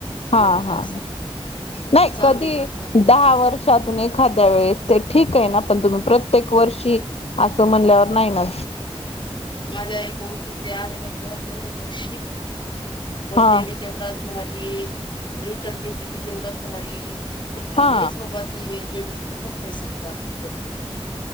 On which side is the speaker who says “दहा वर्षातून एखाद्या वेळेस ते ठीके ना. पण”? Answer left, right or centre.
Left